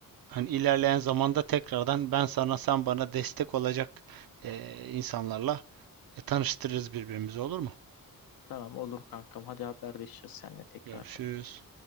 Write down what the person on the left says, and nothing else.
Tamam olur kankam. Hadi haberleşiriz seninle tekrar.